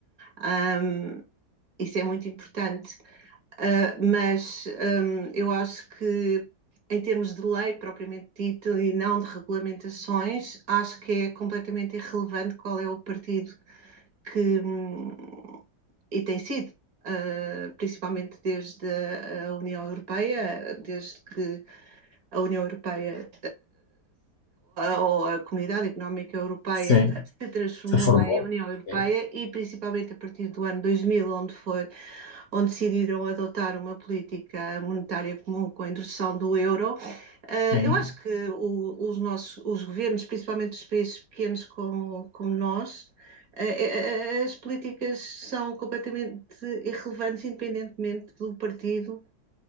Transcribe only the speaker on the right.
Ahm, isso é muito importante. Uh, mas um, eu acho que, em termos de lei propriamente dito e não de regulamentações, acho que é completamente irrelevante qual é o partido que, hum, e tem sido, uh, principalmente desde a União Europeia, desde que a União Europeia, ou a Comunidade Económica Europeia,
se transformou
em União Europeia
e principalmente a partir do ano 2000, onde foi onde decidiram adotar uma política monetária comum com a introdução do euro. Eh,
Eu acho que os nossos os governos, principalmente os países pequenos como, como nós, eh, eh, eh, as políticas são completamente irrelevantes independentemente do partido